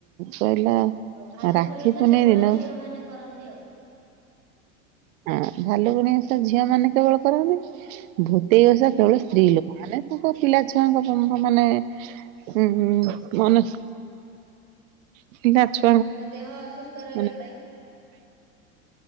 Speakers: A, on the right (about 70°); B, on the right (about 35°).
A: କହିଲା
B: ଭାଲୁକୁଣି
A: ରାକ୍ଷୀ
B: ଓସା
A: ପୁନେଇ
B: କେବଳ
A: ଦିନ ହଁ
B: ଝିଅମାନେ କରନ୍ତି ଆଉ।
A: ହଁ ଭାଲୁକୁଣୀ ଓଷା ଝିଅମାନେ କେବଳ କରନ୍ତି, ଭୁଦେଇ
B: ହୁଁ
A: ଓଷା କେବଳ ସ୍ତ୍ରୀ ଲୋକମାନେ ତାଙ୍କ ପିଲା ଛୁଆଙ୍କ ମାନେ ଉଁ ମାନ ସି <inaudible>
B: ମାନେ ଦେହ ଅସୁସ୍ଥ ରହିବା
A: ମାନେ
B: ପାଇଁ?